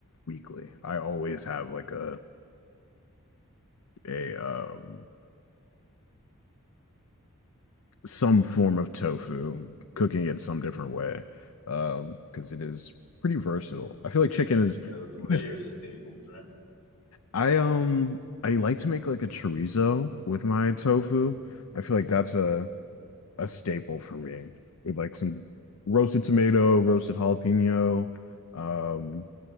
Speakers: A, on the left; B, on the left.
A: weekly. I always have like a a um some form of tofu, cooking it some different way, um, because it is pretty versatile. I feel like chicken is.
B: You know, it's one
A: Yes.
B: of your staples, right?
A: I um I like to make like a chorizo with my tofu. I feel like that's a a staple for me with like some roasted tomato, roasted jalapeno, um,